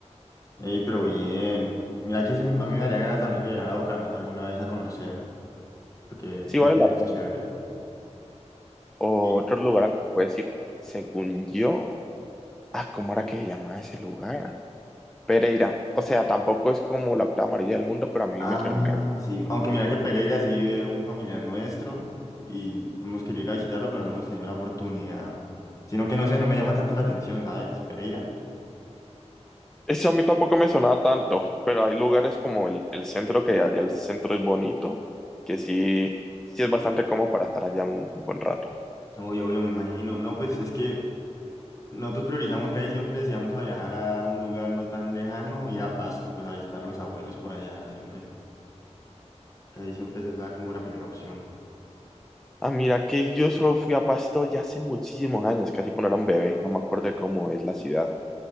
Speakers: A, on the left (about 30°); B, in the centre.
A: Ey, pero bien. Mira que sí, a mí me daría ganas también de viajar a Bucaramanga alguna vez a conocer, porque
B: Sí
A: dicen
B: vale
A: que
B: la
A: es
B: pena.
A: chévere.
B: otro
A: Y,
B: lugar al que puedes ir, según yo. Ah, ¿cómo era que se llamaba ese lugar? Pereira. O sea, tampoco es como la octava amarilla del mundo, pero a mí
A: ah,
B: me terminó.
A: sí. Aunque mira que Pereira sí vive un familiar nuestro y hemos querido ir a visitarlo, pero no hemos tenido la oportunidad. Sino que no sé, no me llama tanto la atención, ¿sabes? Pereira.
B: Ese a mí tampoco me sonaba tanto, pero hay lugares como el, el centro, que allá el centro es bonito, que sí, sí es bastante cómodo para estar allá un buen rato.
A: Obvio, obvio, me imagino. No, pues es que nosotros priorizamos que ahí siempre, si vamos a viajar a un lugar no tan lejano, ir a Pasto, pues a visitar a los abuelos por allá siempre. Casi siempre esa es la, como la primera opción.
B: Ah, mira, que yo solo fui a Pasto ya hace muchísimos años, casi cuando era un bebé, no me acuerdo de cómo es la ciudad.